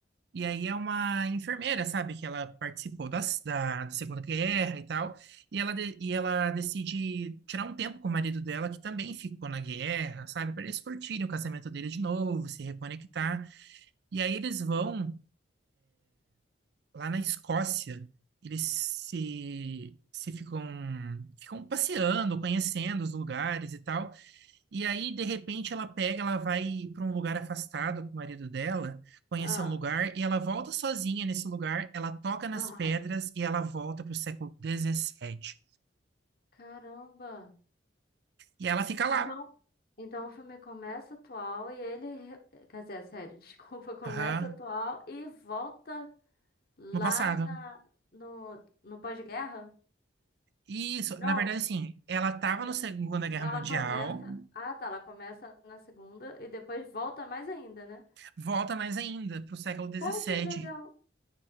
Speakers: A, on the right (about 55°); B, on the left (about 50°).
A: e aí é uma enfermeira, sabe, que ela participou das, da, Segunda Guerra e tal, e ela, de- e ela decide tirar um tempo com o marido dela, que também ficou na guerra, sabe, para eles curtirem o casamento dele de novo, se reconectar, e aí eles vão lá na Escócia, eles se, se ficam, ficam passeando, conhecendo os lugares e tal. E aí, de repente, ela pega, ela vai para um lugar afastado com o marido dela, conhecer
B: Ah.
A: um lugar, e ela volta sozinha nesse lugar, ela toca nas
B: Aham.
A: pedras e ela volta para o século dezessete
B: Caramba.
A: E ela fica lá,
B: Então, então o filme começa atual e ele, re- quer dizer, a série, <laughs> desculpa, começa
A: aham,
B: atual e volta lá
A: no passado.
B: na, no, no pós-guerra?
A: E isso,
B: Não,
A: na verdade, assim, ela estava
B: eh,
A: na Segunda Guerra
B: ela
A: Mundial,
B: começa. Ah, tá, ela começa na segunda e depois volta mais ainda, né?
A: volta mais ainda para o século dezessete
B: Poxa, que legal!